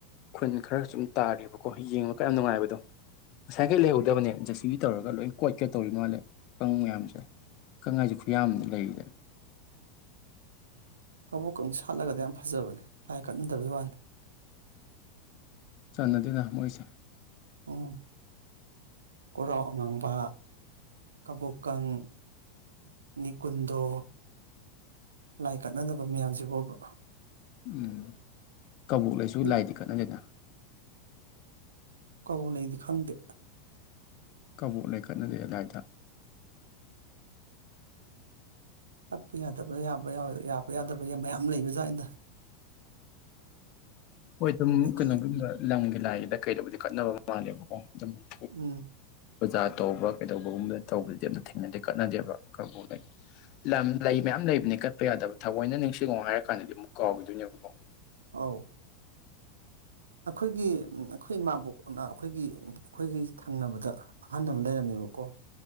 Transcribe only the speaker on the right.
ꯀꯕꯣꯛꯀꯪ ꯁꯥꯠꯂꯒꯗꯤ ꯌꯥꯝ ꯐꯖꯕꯅꯦ ꯂꯥꯏ ꯀꯠꯅꯗꯕꯩ ꯋꯥꯅꯤ
ꯑꯝ ꯀꯣꯔꯥꯎ ꯑꯉꯥꯡꯕ ꯀꯕꯣꯛꯀꯪ ꯅꯤ ꯀꯨꯟꯗꯣ ꯂꯥꯏ ꯀꯠꯅꯗꯕ ꯃꯌꯥꯝꯁꯤꯕꯣꯕ
ꯍꯟꯗꯛ
ꯀꯕꯣꯛ ꯂꯩꯗꯤ ꯈꯪꯗꯦ
ꯀꯠꯄ ꯌꯥꯗꯕ ꯌꯥꯕ ꯌꯥꯗꯕ ꯌꯥꯕ ꯌꯥꯗꯕ ꯌꯥꯝ ꯃꯌꯥꯝ ꯂꯩꯕ ꯖꯥꯠꯅꯤꯗ
ꯀꯩꯀꯩ
ꯎꯝ
ꯑꯧ ꯑꯩꯈꯣꯏꯒꯤ ꯑꯩꯈꯣꯏ ꯏꯃꯥꯕꯣꯛꯅ ꯑꯩꯈꯣꯏꯒꯤ ꯑꯩꯈꯣꯏꯒꯤ ꯊꯪꯅꯕꯗ ꯑꯍꯟ ꯑꯃ ꯂꯩꯔꯝꯃꯦꯕꯀꯣ